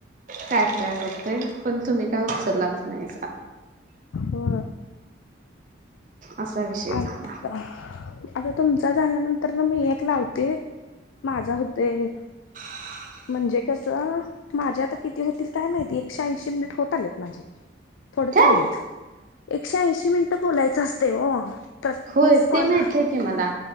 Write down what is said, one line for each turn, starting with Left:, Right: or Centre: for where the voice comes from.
Right: काय काय बोलतय पण तुम्ही काय उचललात नाही
Left: हो
Right: असा विषय
Left: आता.
Right: झाला
Left: आता तुमचा झाल्यानंतर ना मी एक लावते माझा होतय.
Right: <inaudible>
Left: म्हणजे कसं माझे आता किती होतील काय माहिती एकशे ऐंशी मिनिट होत आलेत माझे थोडत
Right: काय
Left: राहिलत एकशे ऐंशी मिनिटं बोलायचं असते हो. तर
Right: होय
Left: तीस
Right: ते
Left: कॉल
Right: माहित आहे की मला